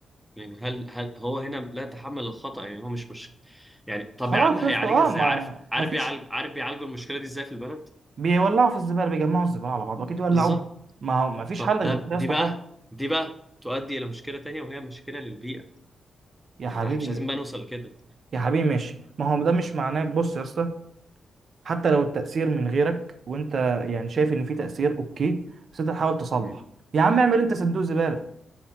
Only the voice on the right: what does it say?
خلاص
يا اسطى اه
ما
ما فيش
بيولعوا في الزباله بيجمعوا الزباله على بعض واكيد يولعوها
ما هو ما فيش
حل
غير كده
يا اسطى
فعلا
يا حبيبي
يا حبيبي ماشي ما هو ده مش معناه بص يا اسطى حتى لو التأثير من غيرك وانت يعني شايف ان في تأثير اوكي بس انت تحاول تصلح
يا عم اعمل انت صندوق زبالة